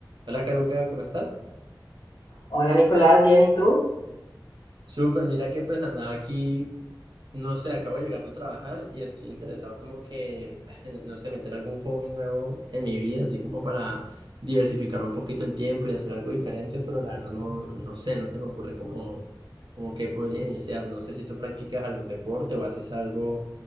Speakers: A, on the right; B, on the left.
A: Hola Caruca, ¿cómo estás?
B: Hola Nicolás, bien, ¿y tú?
A: Súper, mira que pues andaba aquí, no sé, acabo de llegar de trabajar y estoy interesado como que, <laughs> no sé, meter algún hobby nuevo en mi vida, así como para diversificar un poquito el tiempo y hacer algo diferente, pero la verdad no, no sé, no se me ocurre como, como que podría iniciar. No sé si tú practicas algún deporte o haces algo,